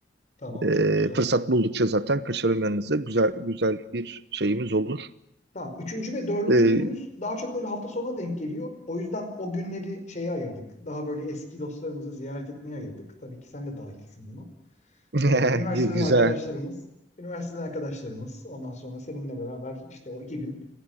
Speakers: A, on the left; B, on the right.
A: Tamam
B: Ee,
A: çok güzel.
B: fırsat buldukça zaten kaçarım yanınıza. Güzel güzel bir şeyimiz olur.
A: Tamam. Üçüncü ve dördüncü
B: Ee,
A: günümüz daha çok böyle hafta sonuna denk geliyor. O yüzden o günleri şeye ayırdık. Daha böyle eski dostlarımızı ziyaret etmeye ayırdık. Tabii ki sen de dahilsin buna.
B: <laughs>
A: Ee, üniversiteden
B: güzel
A: arkadaşlarımız, üniversiteden arkadaşlarımız. Ondan sonra seninle beraber işte o iki gün